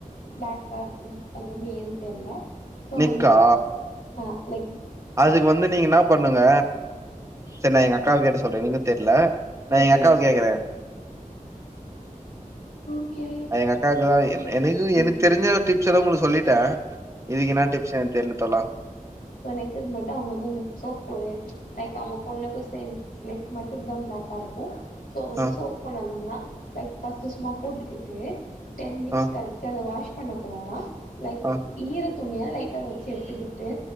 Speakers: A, on the left (about 85°); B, on the right (about 20°).
A: பிளக்காருக்கும் அது வந்து ஏன் தெர்ல சோ
B: நெக்கா
A: வந்து ஆ நெக்
B: அதுக்கு வந்து நீங்க என்னாப் பண்ணுங்க சரி நா எங்க அக்காவ கேட்டு சொல்ற எனக்கு தெர்ல நா
A: ஓகே
B: எங்க அக்காவ கேக்ற
A: ஓகே
B: அ எங்க அக்காவுக்குதா எனக்கு எனக்கு
A: ஓகே
B: தெரிஞ்ச டிப்ஸ்ல்லா ஒங்ளுக்கு சொல்லிட்ட இதுக்கு என்னா டிப்ஸ் எனக் தெர்ல தோழா
A: சோ நெக்குக்கு மட்டு அவுங்க வந்து இந்த சோப் ஒரு லைக் அவுங்க பொண்ணுக்கூ சேம் நெக் மட்டுந்தா பிளாக்கா இருக்கூம் சோ வந்து
B: அ
A: சோப்பு கொண்டு வந்தாங்களா லைக் ஃபஸ்ட்டு சும்மா போட்டுக்கிட்டு டென் மினிட்ஸ்
B: அ
A: கழிச்சு அத வாஷ் பண்ண கூடாதா லைக்
B: அ
A: ஈர துணிய லைட்டா வச்சு எடுத்துக்கிட்டு